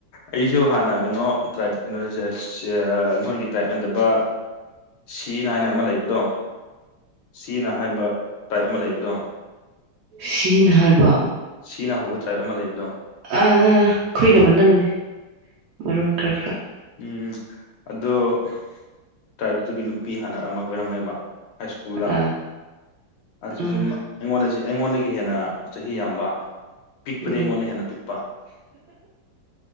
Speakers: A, on the left; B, on the right.
A: ꯑꯩꯁꯨ ꯍꯥꯟꯅ ꯀꯩꯅꯣ ꯇ꯭ꯔꯥꯏꯞ ꯀꯩꯅꯣꯁꯦ ꯅꯣꯏꯒꯤ ꯇ꯭ꯔꯥꯏꯞꯅꯗꯕ ꯁꯤꯅ ꯍꯥꯏꯅ ꯑꯃ ꯂꯩꯕꯗꯣ ꯁꯤꯅ ꯍꯥꯏꯕ ꯇꯥꯏꯞ ꯑꯃ ꯂꯩꯕꯗꯣ
B: ꯁꯤꯅ ꯍꯥꯏꯕ
A: ꯁꯤꯅ ꯍꯧꯕ ꯇ꯭ꯔꯥꯏꯞ ꯑꯃ ꯂꯩꯕꯗꯣ
B: ꯑꯥ ꯑꯥ ꯑꯩꯈꯣꯏꯒꯃꯟꯅꯕꯅꯦ ꯃꯔꯣꯟ ꯈꯔ ꯈꯔ
A: ꯎꯝ ꯑꯗꯨꯗꯣ ꯇ꯭ꯔꯥꯏꯞꯇꯒꯤ ꯅꯨꯄꯤ ꯍꯥꯟꯅ ꯑꯃ ꯑꯣꯏꯔꯝꯃꯦꯕ ꯍꯥꯏꯀꯨ ꯁ ꯄꯨꯗ
B: ꯑꯥ
A: ꯑꯗꯨꯁꯨ
B: ꯑꯥ
A: ꯑꯩꯉꯣꯟꯗ ꯑꯩꯉꯣꯟꯗꯒꯤ ꯍꯦꯟꯅ ꯆꯍꯤ ꯌꯥꯝꯕ ꯄꯤꯛꯄꯗꯤ
B: ꯎꯝ
A: ꯑꯩꯉꯣꯟꯗ ꯍꯦꯟꯅ ꯄꯤꯛꯄ